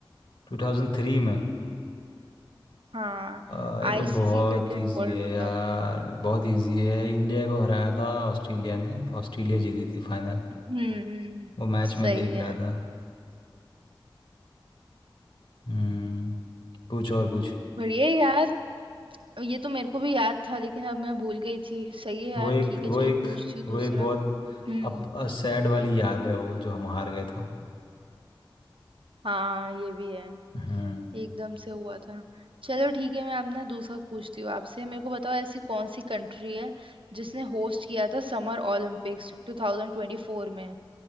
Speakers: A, on the left (about 75°); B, on the right (about 85°).
A: 2003 में
B: हाँ
A: आ, ये
B: आईसीसी
A: तो बहुत
B: क्रिकेट
A: इजी
B: वर्ल्ड
A: है यार
B: कप
A: बहुत इजी है इंडिया को हराया था ऑस्ट्रेलिया ने तो ऑस्ट्रेलिया जीती थी फाइनल
B: हम्म
A: वो मैच
B: सही
A: मैं देख रहा
B: है
A: था हम्म पूछ और पूछ
B: बढ़िया है यार ये तो मेरे को भी याद था लेकिन अब मैं भूल गई थी सही है यार
A: वो एक
B: ठीक
A: वो
B: है चलो
A: एक
B: पूछती हूँ दूसरा
A: वो एक बहुत
B: हम्म
A: अप सैड वाली याद है वो जो हम हार गए थे
B: हाँ ये भी है
A: हम्म
B: एकदम से हुआ था चलो ठीक है मैं अब ना दूसरा पूछती हूँ आपसे मेरे को बताओ ऐसी कौन सी कंट्री है जिसने होस्ट किया था समर ओलंपिक्स 2024 में